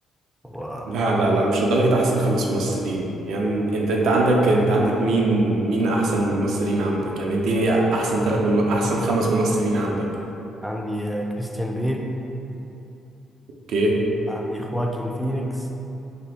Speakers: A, in the centre; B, on the right.
A: هو
B: لا لا لا مش لدرجة أحسن خمس ممثلين يعني أنت أنت عندك أنت عندك مين مين أحسن ممثلين عندك يعني اديني أحسن ثلاث مم... أحسن خمس ممثلين عندك
A: عندي آه، كريستيان بيل
B: أوكي
A: عندي خواكين فينيكس